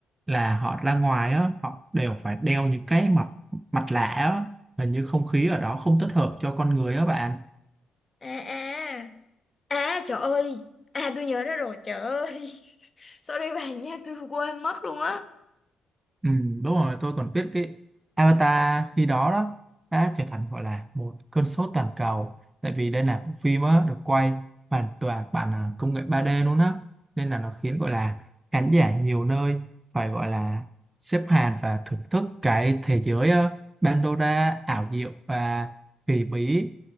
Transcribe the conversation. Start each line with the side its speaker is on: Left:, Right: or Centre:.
Right: là họ ra ngoài á họ đều phải đeo những cái mặt mặt nạ á hình như không khí ở đó không thích hợp cho con người á bạn
Left: à à à trời ơi à tôi nhớ ra rồi trời ơi <laughs> sorry bạn nha tôi quên mất luôn á
Right: Ừ, đúng rồi, tôi còn biết cái Avatar khi đó đó đã trở thành gọi là một cơn sốt toàn cầu tại vì đây là bộ phim á, được quay hoàn toàn bằng à, công nghệ 3D luôn á nên là nó khiến gọi là khán giả nhiều nơi phải gọi là xếp hàng và thưởng thức cái thế giới ờ, Pandora ảo diệu và kỳ bí